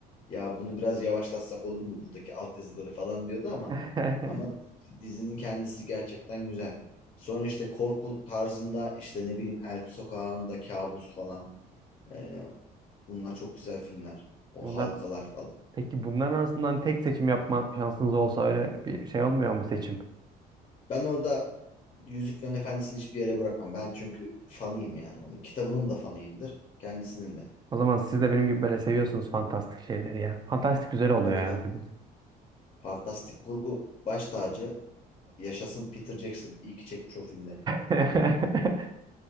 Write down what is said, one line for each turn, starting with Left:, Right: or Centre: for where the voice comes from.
Left: ya bunu biraz yavaşlatsak olur mu buradaki altyazıları falan diyordu ama
Right: <laughs>
Left: ama dizinin kendisi gerçekten güzel. Sonra işte korku tarzında işte ne bileyim El Sokağı'nda Kabus falan. Ee, bunlar çok güzel filmler. O
Right: Bundan
Left: halkalar falan.
Right: peki bunların arasından tek seçim yapma şansınız olsa öyle bir şey olmuyor mu seçim?
Left: Ben orada Yüzüklerin Efendisi'ni hiçbir yere bırakmam. Ben çünkü fanıyım yani onun. Kitabının da fanıyımdır. Kendisinin de.
Right: O zaman siz de benim gibi böyle seviyorsunuz fantastik şeyleri ya. Fantastik güzel oluyor
Left: Tabii
Right: ya
Left: tabii.
Right: dedim.
Left: Fantastik kurgu baş tacı. Yaşasın Peter Jackson. İyi ki çekmiş o filmleri.
Right: <laughs>